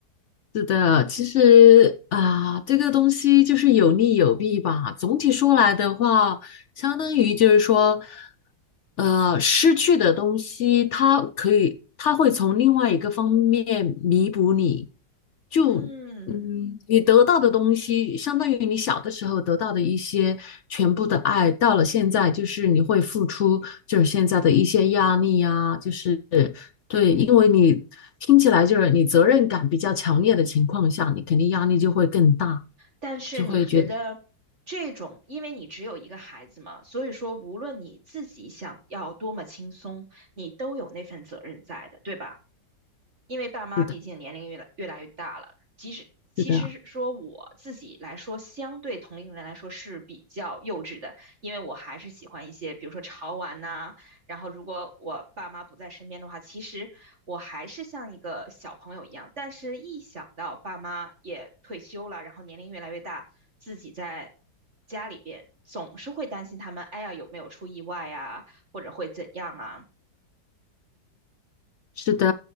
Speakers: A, on the left (about 70°); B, on the right (about 40°).
A: 是的，其实啊，这个东西就是有利有弊吧。总体说来的话，相当于就是说，呃，失去的东西，它可以，它会从另外一个方面弥补你。就嗯，
B: 嗯。
A: 你得到的东西，相当于你小的时候得到的一些全部的爱，到了现在，就是你会付出，就是现在的一些压力呀、就是。对，因为你听起来就是你责任感比较强烈的情况下，你肯定压力就会更大，
B: 但是你觉得这种，
A: 就会觉得
B: 因为你只有一个孩子嘛，所以说无论你自己想要多么轻松，你都有那份责任在的，对吧？因为爸妈毕竟年龄越来越来越大了，
A: <laughs> 是的，
B: 即使其实说我自己来说，
A: 是的，
B: 相对同龄人来说是比较幼稚的，因为我还是喜欢一些，比如说潮玩呐、然后如果我爸妈不在身边的话，其实我还是像一个小朋友一样。但是，一想到爸妈也退休了，然后年龄越来越大，自己在家里边总是会担心他们，哎呀有没有出意外呀，或者会怎样啊？
A: 是的，